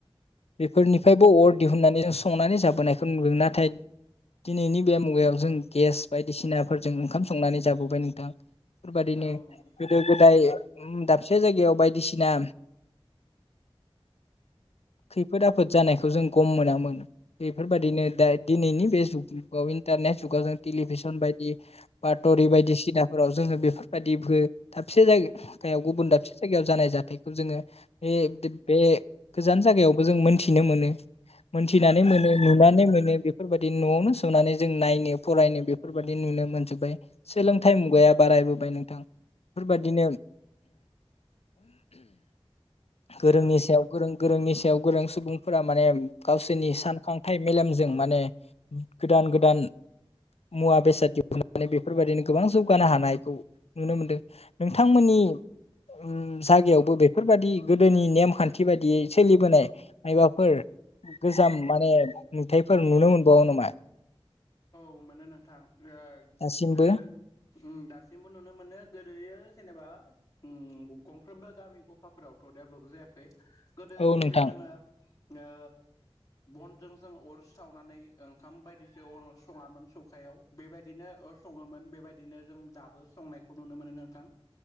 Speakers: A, on the left; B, on the left.
A: बेफोरनिफ्रायबो अर दिहुनन्नानै जों संनानै जाबोनायखौ नुदों नाथाय दिनैनि बे मुगायाव जों गेस बायदिसिनाफोरजों ओंखाम संनानै जाबोबाय नोंथां बेफोरबदिनो
B: औ नंगौ
A: गोदो गोदाय दाबसे जायगायाव बायदिसिना खैफोद आफोद जानायखौ जों गम मोनामोन बेफोरबायदिनो दा दिनैनि बे जुगाव इन्टारनेट जुगाव जों टेलिभिसन बायदि बाथ'रि बायदिसिनाफोराव जोङो बेफोरबायदि दाबसे जायगायाव गुबुन दाबसे जायगायाव जानाय जाथायखौ जोङो बे बे गोजान जायगायावबो जों मोनथिनो मोनो मोनथिनानै मोनो नुनानै मोनो बेफोरबाददि न'आवनो संनानै जों नायनो फरायनो बेफोरबाददि नुनो मोनजोब्बाय सोलोंथाइ मुगाया बारायबोबाय नोंथां बेफोरबादिनो गोरोंनि
B: औ
A: सायाव
B: औ
A: गोरों गोरोंनि सायाव गोरों सुबुंफोरा माने गावसोरनि सानखांथाइ मेलेमजों माने गोदान गोदान मुवा बेसाद दिहुननानै बेफोरबायदिनो गोबां जौगानो हानायखौ नुनो मोनदों नोंथांमोननि ओम जायगायावबो बेफोरबायदि गोदोनि नेमखान्थि न्थि बायदियै सोलिबोनाय मायबाफोर गोजाम माने नुथायफोर नुनो मोनबावो नामा
B: औ मोनो नोंथां ओ
A: दासिमबो
B: गोदो ओम दासिमबो नुनो मोनो गोदोयो जेनेबा ओम नोंगौ गंफ्रोमबो गामि गफाफोराव देबलभ जायाखै गोदो
A: औ
B: जेरै
A: नोंथां
B: जोङो ओ बनजों जों अर सावनानै ओंखाम बायदिखो अरावसो सङामोन सौखायाव बेबायदिनो ओ सङोमोन बेबायदिनो जों दाबो संनायखौ नुनो मोनो नोंथां